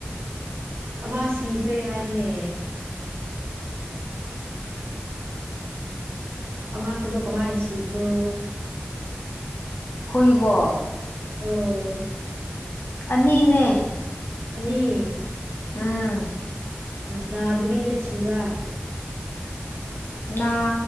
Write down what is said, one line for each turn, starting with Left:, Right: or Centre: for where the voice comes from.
Right: ꯑꯃ ꯁꯤꯈ꯭ꯔꯦ ꯍꯥꯏꯅꯦ ꯑꯃꯥꯗꯣ ꯀꯃꯥꯏ ꯁꯤꯕ꯭ꯔꯣ?
Left: ꯍꯨꯏꯕꯣ
Right: ꯑꯣ___
Left: ꯑꯅꯤꯅꯦ
Right: ꯑꯅꯤ
Left: ꯎꯝ
Right: ꯅꯥꯗꯕꯤꯗ ꯁꯤꯕ
Left: ꯅꯥ